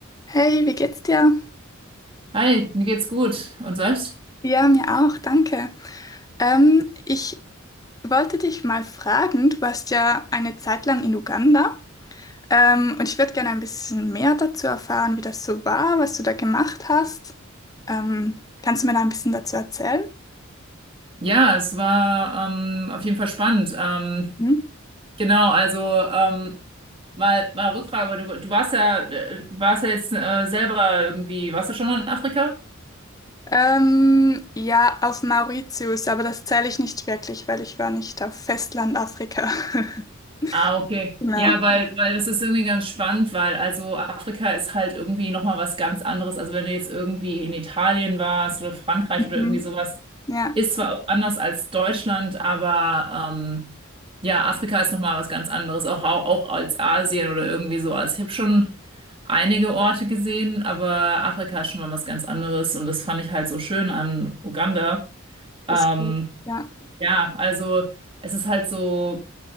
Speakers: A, on the left; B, on the right.
A: Hey, wie geht's dir?
B: Hi, mir geht's gut. Und selbst?
A: Ja, mir auch, danke. Ähm, ich wollte dich mal fragen, du warst ja eine Zeit lang in Uganda, ähm, und ich würde gerne ein bisschen mehr dazu erfahren, wie das so war, was du da gemacht hast. Ähm, kannst du mir da ein bisschen dazu erzählen?
B: Ja, es war ähm, auf jeden Fall spannend. Ähm,
A: Mhm.
B: genau, also ähm, mal, mal Rückfrage, aber du, du warst ja, äh, warst ja jetzt äh, selber irgendwie, warst du schon mal in Afrika?
A: Ähm, ja, auf Mauritius, aber das zähle ich nicht wirklich, weil ich war nicht auf Festland Afrika. <laughs>
B: Ah, okay.
A: Genau.
B: Ja, weil, weil das ist irgendwie ganz spannend, weil also Afrika ist halt irgendwie nochmal was ganz anderes. Also wenn du jetzt irgendwie in Italien warst oder Frankreich
A: Mhm.
B: oder irgendwie sowas,
A: Ja,
B: Ist zwar auch anders als Deutschland, aber ähm, ja, Afrika ist nochmal was ganz anderes. Auch, auch, auch als Asien oder irgendwie so. Also ich habe schon einige Orte gesehen, aber Afrika ist schon mal was ganz anderes und das fand ich halt so schön an Uganda. Ähm,
A: das geht. Ja.
B: ja, also es ist halt so,